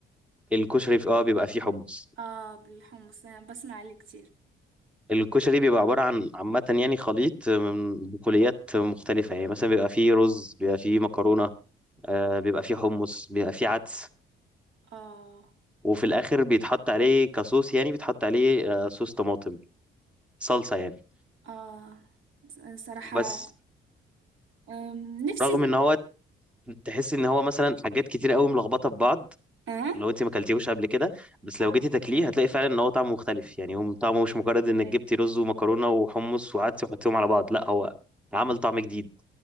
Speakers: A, in the centre; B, on the right.
A: الكشري في اه بيبقى فيه حمص
B: اه بالحمص انا بسمع عليه كتير
A: الكشري بيبقى عبارة عن عامة يعني خليط من بقوليات مختلفة يعني مثلا بيبقى فيه رز بيبقى فيه مكرونة آه بيبقى فيه حمص بيبقى فيه عدس
B: اه
A: وفي الآخر بيتحط عليه كصوص يعني بيتحط عليه آه صوص طماطم صلصة يعني
B: اه صراحة
A: بس
B: أم، نفسي
A: رغم ان هو تحس ان هو مثلا حاجات كتير قوي ملخبطة في بعض
B: اه
A: لو انت ما اكلتيهوش قبل كده بس
B: اه
A: لو جيتي تاكليه هتلاقي فعلا ان هو طعمه مختلف يعني هو طعمه مش مجرد
B: صحيح
A: انك جبتي رز ومكرونه وحمص وقعدتي وحطيهم على بعض لا هو عمل طعم جديد